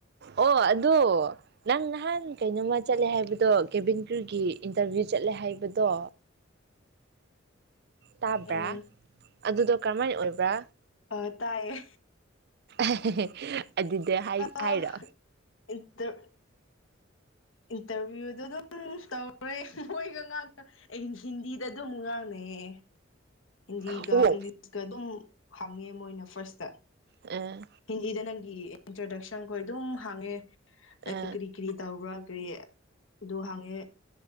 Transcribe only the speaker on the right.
ꯑꯣ ꯑꯗꯨ ꯅꯪ ꯅꯍꯥꯟ ꯀꯩꯅꯣꯝꯃ ꯆꯠꯂꯦ ꯍꯥꯏꯕꯗꯣ ꯀꯦꯕꯤꯟ ꯀ꯭ꯔꯤꯎꯒꯤ ꯏꯟꯇꯔꯚꯤꯌꯨ ꯆꯠꯂꯦ ꯍꯥꯏꯕꯗꯣ ꯇꯥꯕ꯭ꯔꯥ
ꯑꯗꯨꯗꯣ ꯀꯔꯝꯍꯥꯏꯅ ꯑꯣꯏꯕ꯭ꯔꯥ
<unintelligible> ꯑꯗꯨꯗꯤ ꯍꯥꯏ
ꯍꯥꯏꯔꯣ
ꯑꯣ
ꯑꯦ
ꯑ